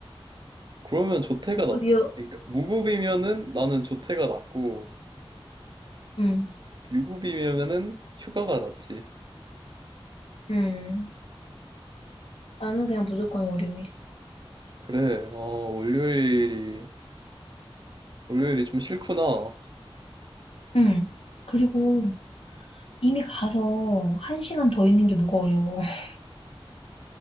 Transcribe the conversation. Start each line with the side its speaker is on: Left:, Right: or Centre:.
Right: 그러면 조퇴가
Left: 무급이요.
Right: 낫, 그러니까 무급이면은 나는 조퇴가 낫고,
Left: 응,
Right: 유급이면은 휴가가 낫지.
Left: 음, 나는 그냥 무조건 월요일.
Right: 그래, 아... 월요일이, 월요일이 좀 싫구나.
Left: 응. 그리고 이미 가서 한 시간 더 있는 게 뭐가 어려워. <laughs>